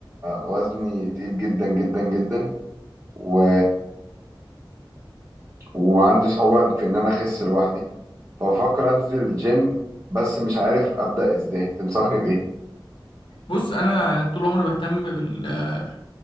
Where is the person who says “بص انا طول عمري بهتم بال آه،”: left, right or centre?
Left